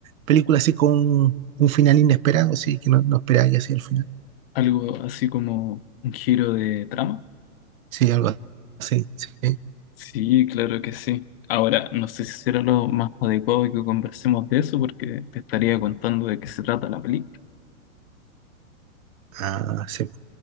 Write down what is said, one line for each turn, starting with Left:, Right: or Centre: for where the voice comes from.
Right: película así con un final inesperado, sí, que no, no esperáis así el final?
Left: Algo así como un giro de trama.
Right: Sí, algo así, sí.
Left: Sí, claro que sí. Ahora, no sé si será lo más adecuado que conversemos de eso porque te estaría contando de qué se trata la película.
Right: Ah, sí.